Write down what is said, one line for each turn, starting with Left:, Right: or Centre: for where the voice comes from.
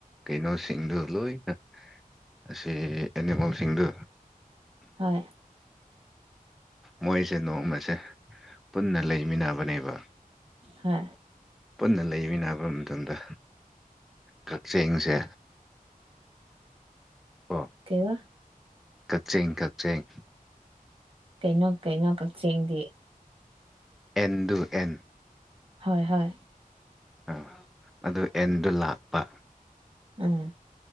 Centre: ꯀꯩꯅꯣꯁꯤꯡꯗꯨ ꯂꯣꯏꯅ ꯑꯁꯤ ꯑꯦꯅꯤꯃꯦꯜꯁꯤꯡꯗꯨ
Right: ꯍꯣꯏ
Centre: ꯃꯣꯏꯁꯦ ꯅꯣꯡꯃꯁꯦ ꯄꯨꯟꯅ ꯂꯩꯃꯤꯟꯅꯕꯅꯦꯕ
Right: ꯍꯥ
Centre: ꯄꯨꯟꯅ ꯂꯩꯃꯤꯅ ꯍꯥꯏꯕ ꯃꯇꯝꯗ ꯀꯛꯆꯦꯡꯁꯦ ꯑꯥ
Right: ꯀꯩꯕ
Centre: ꯀꯛꯆꯦꯡ ꯀꯛꯆꯦꯡ
Right: ꯀꯩꯅꯣ ꯀꯩꯅꯣ ꯀꯛꯆꯦꯡꯗꯤ
Centre: ꯑꯦꯟꯗꯨ ꯑꯦꯟ
Right: ꯍꯣꯏ ꯍꯣꯏ
Centre: ꯑꯥ ꯑꯗꯨ ꯑꯦꯟꯗꯣ ꯂꯥꯛꯄ
Right: ꯎꯝ